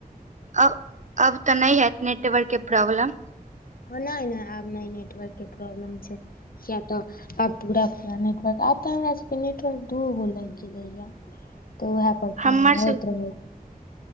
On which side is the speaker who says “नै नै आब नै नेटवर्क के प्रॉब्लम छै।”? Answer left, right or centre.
Left